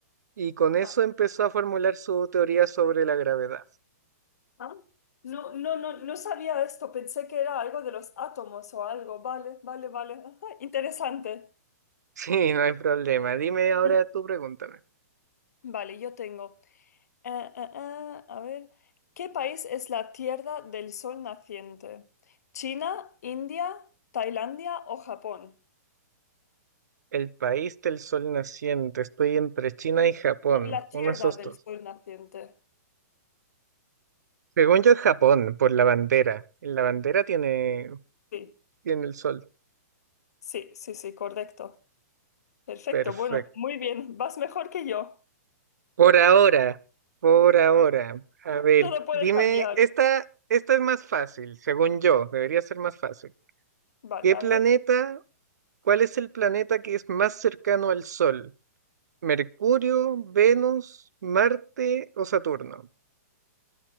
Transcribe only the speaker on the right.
y con
eso empezó a formular su teoría sobre la gravedad. <laughs>
Sí, no hay problema. Dime ahora
tú, pregúntame.
El país del sol naciente. Estoy entre China y Japón.
Uno de esos
dos.
Según yo es Japón, por la bandera. La bandera tiene,
tiene el sol.
Perfecto.
Por ahora, por ahora. A ver,
dime,
esta, esta es más fácil, según yo, debería ser más fácil.
¿Qué
planeta,
cuál es el planeta que es más cercano al Sol? ¿Mercurio, Venus, Marte o Saturno?